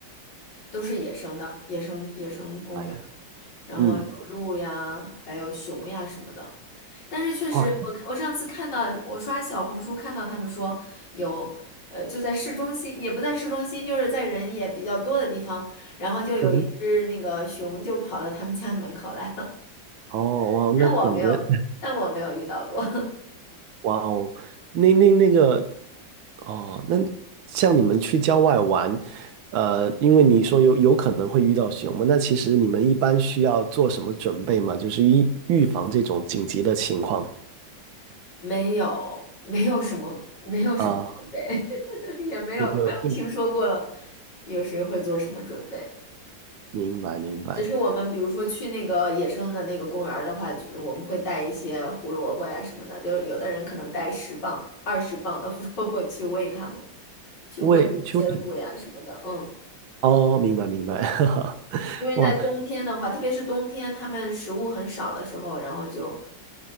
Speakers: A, on the left; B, on the right.
A: 都是野生的，野生野生公园。
B: 哎，
A: 然后有鹿呀，
B: 嗯，
A: 还有熊呀什么的。但是确实，
B: 哇，
A: 我看我上次看到，我刷小红书看到他们说有，呃，就在市中心，也不在市中心，就是在人也比较多的地方，然后就有一只那个熊就跑到他们家门口来了，
B: 嗯，哦，
A: <laughs>
B: 哇，
A: 但我没有，
B: 那感觉，
A: 但我没有遇到过，
B: <laughs> 哇哦，那那那个。哦，那像你们去郊外玩，呃，因为你说有有可能会遇到熊嘛，那其实你们一般需要做什么准备吗？就是预预防这种紧急的情况
A: <laughs> 没有，没有什么，没有什么准备，
B: 啊，
A: <laughs> 也没有没有听说过
B: 这就就
A: 有谁会做什么准备。
B: 明白明白，
A: 只是我们比如说去那个野生的那个公园儿的话，就是我们会带一些胡萝卜呀什么的，就是有的人可能带十磅、二十磅的胡萝卜去喂它们，去喂一些鹿呀什么的，
B: 为去为
A: 嗯，
B: 哦，明白明白，<laughs>
A: 因为在冬天的话，
B: 哇，
A: 特别是冬天，它们食物很少的时候，然后就，